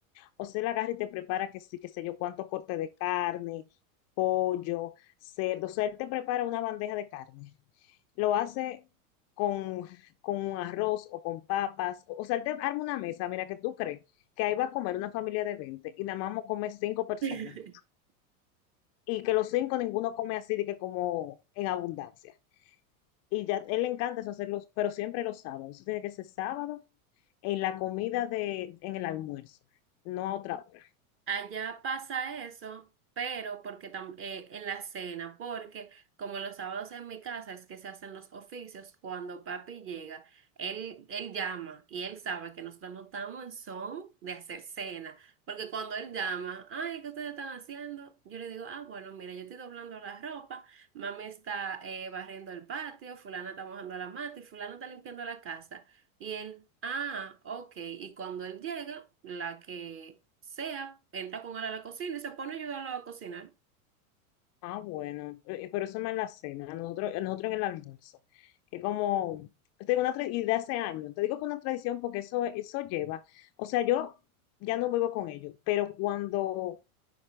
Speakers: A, on the left; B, on the right.
A: O sea, él agarra y te prepara que sí, qué sé yo, cuánto corte de carne, pollo, cerdo. O sea, él te prepara una bandeja de carne. Lo hace con, con un arroz o con papas. O sea, él te arma una mesa, mira, que tú crees que ahí va a comer una familia de 20 y nada más vamos a comer cinco personas.
B: <laughs>
A: Y que los cinco ninguno come así de que como en abundancia. Y ya él le encanta eso hacerlo, pero siempre los sábados. Eso tiene que ser sábado en la comida de, en el almuerzo, no a otra hora.
B: Allá pasa eso, pero porque tam- eh, en la cena, porque como los sábados en mi casa es que se hacen los oficios, cuando papi llega, él, él llama y él sabe que nosotros no estamos en son de hacer cena, porque cuando él llama, ay, ¿qué ustedes están haciendo? Yo le digo, ah, bueno, mira, yo estoy doblando la ropa, mami está eh, barriendo el patio, fulana está mojando la mata y fulana está limpiando la casa. Y él, ah, ok. Y cuando él llega, la que sea, entra con él a la cocina y se pone a ayudarlo a cocinar.
A: Ah, bueno, eh, pero eso no es más en la cena, a nosotros, a nosotros en el almuerzo, que como, te digo una tra- y de hace años, te digo que una tradición porque eso, eso lleva, o sea, yo ya no vivo con ellos, pero cuando,